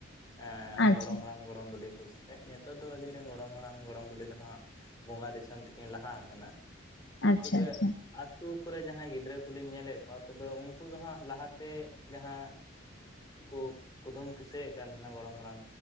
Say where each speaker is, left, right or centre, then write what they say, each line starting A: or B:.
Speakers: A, on the left; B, on the left.
A: ᱦᱮ
B: ᱟᱪᱪᱷᱟ
A: ᱜᱚᱲᱚᱢ ᱦᱟᱲᱟᱢᱼᱼ ᱜᱚᱲᱚᱢ ᱵᱩᱰᱷᱤ ᱠᱚᱥᱮᱛᱮ ᱱᱤᱛᱚᱜ ᱫᱚ ᱟᱞᱤᱧ ᱨᱮᱱ ᱜᱚᱲᱚᱢ ᱦᱟᱲᱟᱢ ᱜᱚᱲᱚᱢ ᱵᱩᱰᱷᱤ ᱫᱚ ᱦᱟᱸᱜᱼᱼ ᱵᱚᱸᱜᱟ ᱫᱤᱥᱚᱢ ᱛᱮᱠᱤᱱ ᱞᱟᱦᱟ ᱟᱠᱟᱱᱟ
B: ᱟᱪᱪᱷᱟ
A: ᱛᱚᱵᱮᱼᱼ
B: ᱟᱪᱪᱷᱟ
A: ᱟᱛᱩ ᱠᱚᱨᱮ ᱡᱟᱦᱟᱸᱭ ᱜᱤᱫᱽᱨᱟᱹ ᱠᱚᱞᱤᱧ ᱧᱮᱞᱮᱫ ᱠᱚᱣᱟ ᱛᱚᱵᱮ ᱩᱱᱠᱩ ᱫᱚ ᱦᱟᱸᱜ ᱞᱟᱦᱟᱛᱮᱼᱼ ᱡᱟᱦᱟᱸ ᱩᱱᱠᱩ ᱠᱩᱫᱩᱢ ᱠᱤᱥᱟᱹᱭᱮᱫ ᱠᱟᱱ ᱛᱟᱦᱮᱱᱟ ᱜᱚᱲᱚᱢ ᱦᱟᱲᱟᱢ